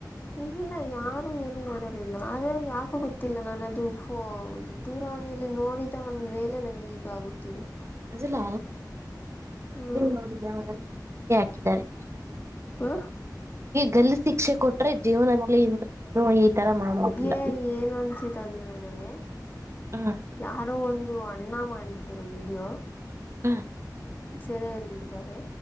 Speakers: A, on the left; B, on the right.
A: ಇಲ್ಲ ಯಾರು ಏನು ಮಾಡಲಿಲ್ಲ ಆದರೆ ಯಾಕು ಗೊತ್ತಿಲ್ಲ ನಾನು ಅದು ಫೋ ದೂರವಾಣಿಯಲ್ಲಿ ನೋಡಿದನ್ ಮೇಲೆ ನನಗೆ ಈಗ ಆಗುತ್ತಿದೆ
B: ಅದಲ್ಲ
A: ಹ್ಮ್
B: ನೋಡಿದೆ ಅವರೆಲ್ಲ ಜಿಗೆ ಹಾಕಿದ್ದಾರೆ
A: ಹಾ
B: ಗಲ್ಲಿ ಶಿಕ್ಷೆ ಕೊಟ್ರೆ ಜೀವನದಲ್ಲಿ ಇನ್ನ ಈ ತರ ಮಾಡೋದಿಲ್ಲ
A: ಏ <unintelligible> ನನಗೆ
B: ಹ
A: ಯಾರೋ ಒಂದು ಅಣ್ಣ ಮಾಡಿದ್ದರು ವಿಡಿಯೋ
B: ಹ್
A: ಸೆರೆ ಹಿಡಿದಿದ್ದಾರೆ